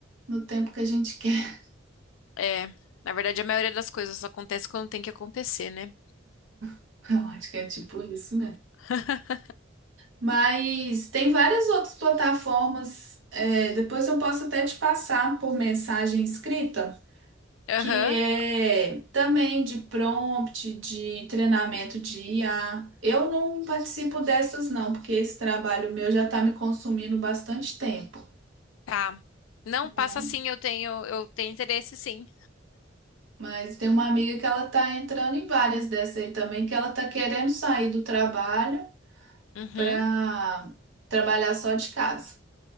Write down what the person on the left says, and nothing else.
É, na verdade, a maioria das coisas acontece quando tem que acontecer, né?
<laughs>
Aham,
tá. Não,
passa sim, eu tenho, eu tenho interesse sim.
Uhum,